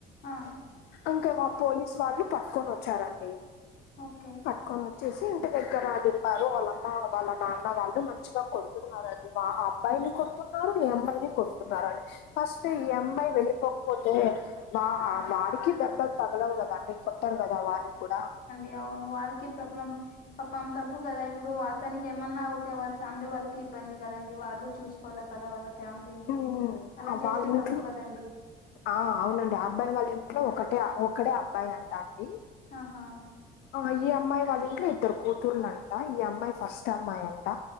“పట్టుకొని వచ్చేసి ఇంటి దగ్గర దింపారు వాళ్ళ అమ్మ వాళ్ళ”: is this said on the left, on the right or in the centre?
Left